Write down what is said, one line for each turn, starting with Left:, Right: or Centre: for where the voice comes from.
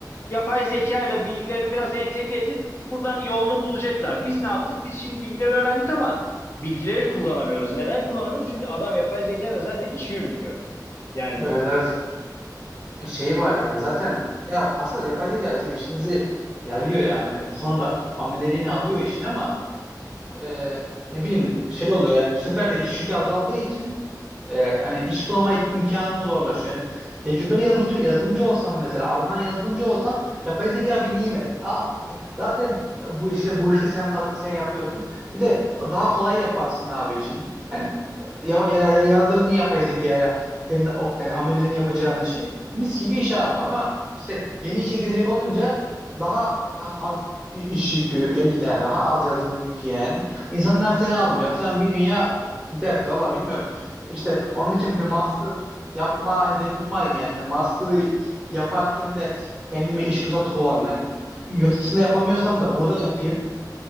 Left: yapay zeka ile bilgilerini biraz entegre edip buradan yolunu bulacaklar. Biz ne yaptık? Biz şimdi bilgileri öğrendik ama bilgileri kullanamıyoruz. Neden kullanamıyoruz? Çünkü adam yapay zeka ile zaten işi yürütüyor. Yani
Centre: Evet evet. Şey var yani zaten ya aslında yapay zeka bizim işimizi yarıyor yani. Bu konuda ameleliğini alıyor işin ama e, ne bileyim şey oluyor yani bu sefer de iş yükü azaldığı için e, hani iş bulama imkanın zorlaşıyor. Yani tecrübeli yazılımcı, yazılımcı olsan mesela aranan yazılımcı olsan yapay zeka bir nimet. Aa, e, zaten bu işte bu işte sen kaz- sen yapıyorsun. Bir de daha kolay yaparsın abi işini. Yani e, ya, ya- ya- yazdırdın yapay zekaya kendi o, yani amelinin yapacağın işi. Mis gibi iş abi ama işte yeni işe girecek olunca daha a- az i- iş yükü, ya- ya daha az yazılım yükü yani. İnsanlar seni almıyor falan bir dünya dert. Valla bilmiyorum. İşte onun için bir master yapma hedefim var yani. Hani master'ı yaparken de kendime iş fırsatı kovalayayım. Hani yurt dışında yapamıyorsam da burada yapayım